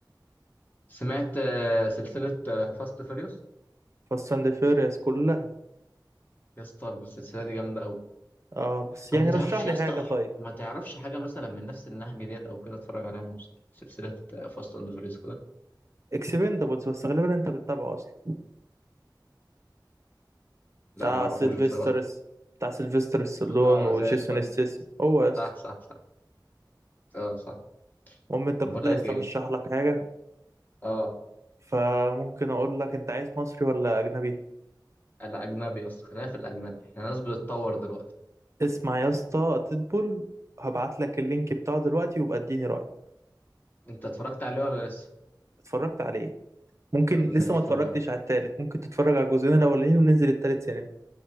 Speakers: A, on the left; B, on the right.
A: سمعت آه، سلسله فاست فيريوس
B: فاست اند فيوريوس كلها
A: يا اسطى السلسله دي جامده قوي
B: اه بس
A: طب
B: يعني
A: ما
B: رشح
A: تعرفش
B: لي
A: يا اسطى
B: حاجة طيب
A: ما تعرفش حاجة مثلا من نفس النهج ديت أو كده أتفرج عليها من سلسلة فاست أند فيريوس كده
B: اكسبندبلز بس غالبا انت بتتابعه اصلا
A: لا
B: بتاع
A: ما أعرفوش
B: سيلفسترس
A: بصراحة
B: بتاع سيلفستر ستالون
A: <laughs> أه
B: وجيسون
A: زي الفل
B: ستاثام هو اصلا
A: صح صح صح أه صح
B: المهم انت كنت
A: بقول
B: عايز
A: لك
B: ترشح
A: إيه
B: لك حاجة
A: أه
B: فممكن اقول لك انت عايز مصري ولا اجنبي
A: أنا أجنبي يا اسطى خلينا في الأجنبي إحنا ناس بتتطور دلوقتي
B: اسمع يا اسطى ديدبول هبعت لك اللينك بتاعه دلوقتي وابقى اديني رأي
A: أنت اتفرجت عليه ولا لسه؟
B: اتفرجت عليه ممكن
A: طب زي
B: لسه
A: الفل
B: ما اتفرجتش
A: أوي
B: على التالت ممكن تتفرج على الجزئين الاولانيين وننزل التالت سينما